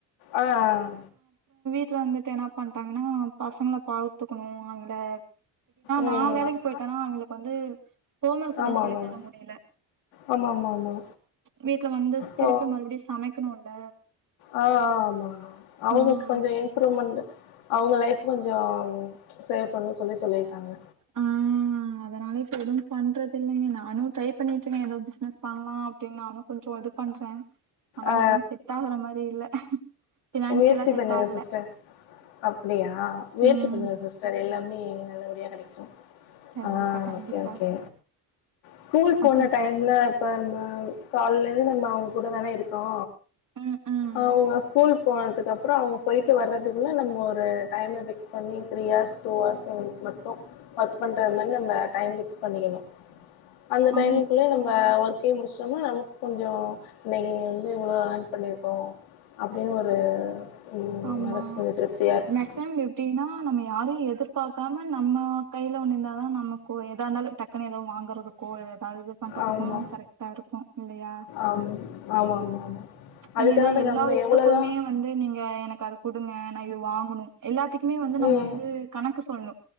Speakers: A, on the left; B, on the right.
A: ஆஹ் ஆ
B: வீட்டுல வந்துட்டு என்ன பண்ட்டாங்கன்னா பசங்கள பாத்துக்கணு அவங்கள
A: ம்
B: நா வேலைக்கு
A: ஆமா
B: போயிட்டேனா அவ்ளுக்கு வந்து ஹோம் ஒர்க்கல்லாம்
A: ஆமா
B: சொல்லி
A: ஆமா
B: தர முடியல
A: ஆமா ஆமா ஆமா
B: வீட்ல வந்து
A: சோ
B: திருப்பி மறுபடியும் சமைக்கணுல்ல
A: ஆ ஆமா ஆமா அவங்களுக்கு
B: ம்.
A: கொஞ்ச இம்ப்ரூவ்மெண்ட் அவங்க லைஃப் கொஞ்சோ சேவ் பண்ணணு சொல்லி சொல்லிருக்காங்க
B: ஆ அதனால எதுவும் பண்றது இல்லைங்க நானும் ட்ரை பண்ணிட்டுருக்கே ஏதோ பிசினஸ் பண்ணலா அப்டின்னு நானு கொஞ்சோ இதுப் பண்றே ஆனா
A: ஆ
B: ஒன்னு செட் ஆகுற மாரி இல்ல ஃபினான்சியலா
A: முயற்சி
B: செட்
A: பண்ணுங்க
B: ஆகல.
A: சிஸ்டர் அப்டியா முயற்சி
B: ம்.
A: பண்ணுங்க சிஸ்டர் எல்லாம் பண்ணி நல்லபடியா கெடைக்கும்
B: கண்டிப்பா,
A: ஆ
B: கண்டிப்பா.
A: ஓகே ஓகே ஸ்கூல் போன
B: அப்போ
A: டைம்ல நம்ம காலைல இருந்து நம்ம அவங்க கூடதாணா இருக்கோ
B: ம் ம்.
A: அவங்க ஸ்கூல் போனதுக்கப்புறோ அவங்க போயிட்டு வர்றதுக்குள்ள நம்ம ஒரு டைம ஃபிக்ஸ் பண்ணி த்ரீ ஹார்ஸ் டூ ஹார்ஸ் அவ்ங்ளுக்கு மட்டும் ஒர்க் பண்ற மாரி நம்ம டைம் பிக்ஸ் பண்ணிக்கணு அந்த டைமுக்குள்ளேயே
B: ஆ
A: நம்ம ஒர்க்கயு முடிச்சோம்னா நமக்கு கொஞ்சோ நெகிரம் இவ்ளோ ஆர்ன் பண்ணியிருக்கோம் அப்டின்னு ஒரு ம்
B: ஆமா
A: மனசு கொஞ்சோ திருப்தியா இருக்கு
B: மேக்சிமம் எப்டின்னா நம்ம யாரையு எதிர்பாக்காம நம்ம கையில ஒண்ணு இந்தா தா நமக்கு ஏதா இந்தாலு டக்குனு ஏதாவது வாங்கறதுக்கோ ஏதாவது இது பண்றதுக்கும்
A: ஆமா
B: கரெக்ட்டா இருக்கும் இல்லையா?
A: ஆமா ஆமா ஆமா ஆமா அதுக்காக
B: இல்லேன்னா
A: தா
B: எல்லா
A: நம்ம
B: விஷ்த்துக்குமே
A: எவ்ளோதா
B: வந்து நீங்க எனக்கா த கொடுங்க நான் இது வாங்கணும் எல்லாத்துக்குமே வந்து நம்ம
A: ம்
B: வந்து கணக்கு சொல்ணு